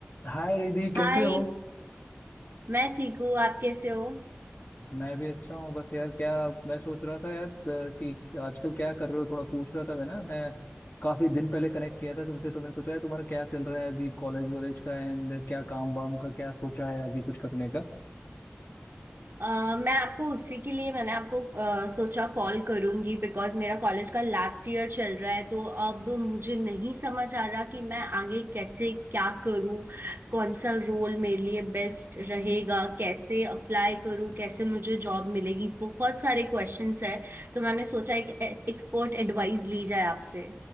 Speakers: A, on the left; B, on the right.
A: हाय रिधि कैसे
B: हाय
A: हो
B: मैं ठीक हूँ आप कैसे हो
A: मैं भी अच्छा हूँ बस यार क्या मैं सोच रहा था यार अ, कि आजकल क्या कर रहे हो थोड़ा पूछ रहा था मैं ना मैं काफी दिन पहले कनेक्ट किया था तुमसे तो मैंने सोचा है तुम्हारा क्या चल रहा है अभी कॉलेज वॉलेज का एंड क्या काम वाम का क्या सोचा है आगे कुछ करने का
B: अ, मैं आपको उसी के लिए मैंने आपको अ, सोचा कॉल करूंगी बिकॉज मेरा कॉलेज का लास्ट ईयर चल रहा है तो अब मुझे नहीं समझ आ रहा कि मैं आगे कैसे क्या करूँ कौन सा रोल मेरे लिए बेस्ट रहेगा कैसे अप्लाई करूँ कैसे मुझे जॉब मिलेगी बहुत सारे क्वेश्चंस है तो मैंने सोचा एक एक्सपर्ट एडवाइस ली जाए आपसे